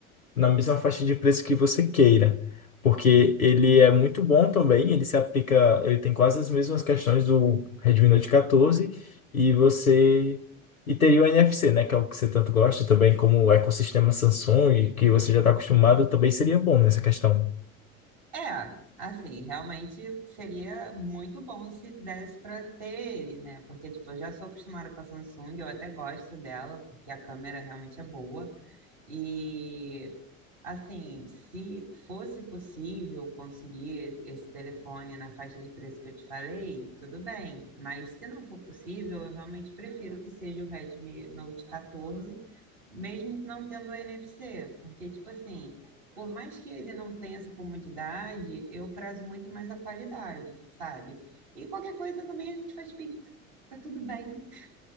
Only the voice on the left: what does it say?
na mesma faixa de preço que você queira, porque ele é muito bom também, ele se aplica, ele tem quase as mesmas questões do Redmi Note 14 e você e teria o NFC, né, que é o que você tanto gosta também, como o ecossistema Samsung, e que você já está acostumado, também seria bom nessa questão.